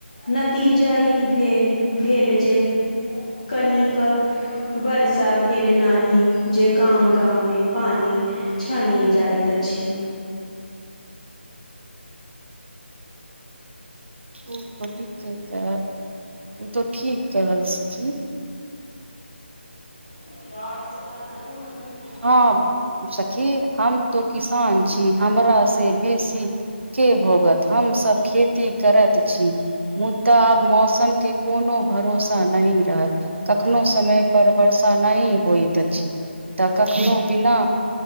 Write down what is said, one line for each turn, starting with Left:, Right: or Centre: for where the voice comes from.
Left: नतीजा ई भेल भेल जे कनिक वर्षा भेल नाही जे गाम गाम मे पानि छमी जाइत अछि।
Right: ओ तऽ ठीक छै तऽ ओ तऽ ठीक त सखी।
Left: <unintelligible>
Right: हँ सखी, हम तो किसान छी हमरा से बेसी के भोगत हमसभ खेती करत छी। मुद्दा आब मौसम के कोनो भरोसा नहीं रहल। कखनो समय पर वर्षा नहि होइत अछि। तऽ कखनो बिना